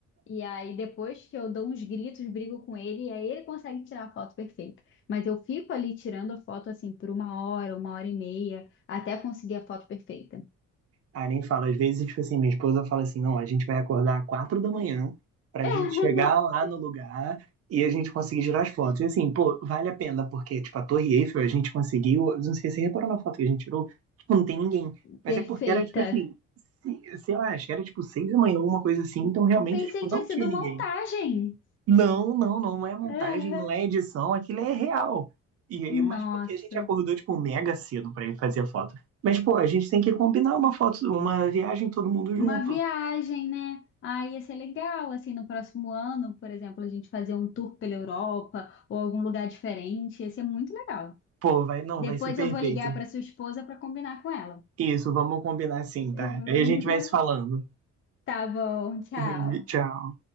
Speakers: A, on the left; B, on the right.
A: E aí depois que eu dou uns gritos, brigo com ele e aí ele consegue tirar a foto perfeita. Mas eu fico ali tirando a foto assim por uma hora, uma hora e meia, até conseguir a foto perfeita.
B: Ah, nem falo. Às vezes, tipo assim, minha esposa fala assim, não, a gente vai acordar às quatro da manhã pra
A: <laughs>
B: gente chegar lá no lugar e a gente conseguir tirar as fotos. E assim, pô, vale a pena, porque, tipo, a Torre Eiffel a gente conseguiu, eu não sei se você reparou na foto que a gente tirou, tipo, não tem ninguém. Mas
A: Perfeita.
B: é porque era, tipo assim, se- sei lá, acho que era, tipo, seis da manhã, alguma coisa assim, então realmente,
A: Pensei
B: tipo,
A: que tinha
B: não tinha
A: sido
B: ninguém.
A: montagem.
B: Não, não, não Não é montagem,
A: <laughs>
B: não é edição, aquilo é real. E aí,
A: Ah, Nossa,
B: mas porque a gente acordou, tipo, mega cedo pra ir fazer foto. Mas, pô, a gente tem que combinar uma foto, uma viagem todo mundo
A: uma
B: junto.
A: viagem, né? Ah, ia ser legal, assim, no próximo ano, por exemplo, a gente fazer um tour pela Europa ou algum lugar diferente, ia ser muito legal.
B: Pô, vai, não,
A: Depois
B: vai ser perfeito.
A: eu vou ligar para sua esposa para combinar com ela.
B: Isso, vamos combinar assim,
A: <laughs>
B: tá? Aí a gente vai se falando.
A: Tá bom, tchau.
B: <laughs> Tchau.